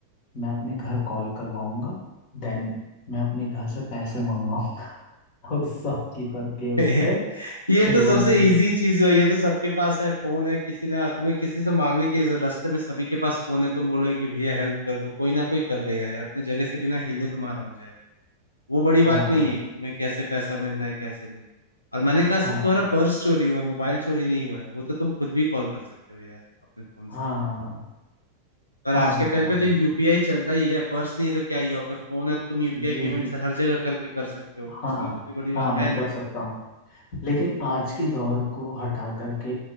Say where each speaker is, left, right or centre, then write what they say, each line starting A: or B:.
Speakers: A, on the left (about 40°); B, on the left (about 80°).
A: मैं अपने घर कॉल करवाऊंगा देन मैं अपने घर से पैसे मंगवाऊंगा <laughs> उस शॉपकीपर के उस
B: <laughs>
A: पे
B: ये
A: फिर
B: तो
A: वो
B: सबसे
A: मुझे
B: इजी चीज है ये तो सबके पास है फोन है किसी ने तुम्हें किसी से मांगने की जरूरत रास्ते में सभी के पास फोन है तुम बोलोगे कि भैया हेल्प कर दो कोई ना कोई कर देगा यार अपने जगह से बिना हिले तुम्हारा हो जाएगा वो बड़ी बात
A: हाँ
B: नहीं है कि तुम्हें कैसे पैसा मिल रहा है कैसे नहीं और मैंने कहा
A: हाँ
B: सिर्फ तुम्हारा पर्स चोरी हुआ है मोबाइल चोरी नहीं हुआ है वो तो तुम खुद भी कॉल कर सकते हो यार अपने फोन से
A: हाँ हाँ हाँ
B: और आज
A: हाँ हाँ
B: के टाइम
A: हाँ, हाँ,
B: पे तो यूपीआई चलता ही है पर्स नहीं है तो क्या ही है? अगर फोन है तो तुम यूपीआई
A: ये
B: पेमेंट
A: भी
B: से हर जगह करके कर सकते हो
A: हाँ
B: उसमें तो कोई बड़ी बात
A: हाँ मैं
B: है नहीं
A: कर सकता हूँ लेकिन आज के दौर को हटा करके